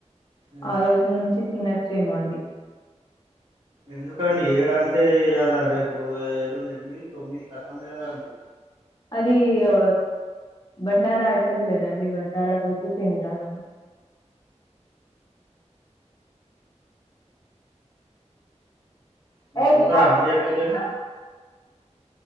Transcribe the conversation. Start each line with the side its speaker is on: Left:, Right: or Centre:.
Right: ఉమ్
Left: ఆ రోజు నుంచి తినచ్చేమొఅండి
Right: ఎందుకండి ఏ ఎలా అంటే ఇయాల రేపు ఏలుండి ఎనిమిది తొమ్మిది కతమే కదండి
Left: అది ఆ బండార ఆయితది కదండి బ డారా రోజు తింటాద
Right: మీరు
Left: ఏయి
Right: పోతారా
Left: అడుతరెంటి
Right: అండి ఎక్కడికైనా
Left: ఇప్పుడు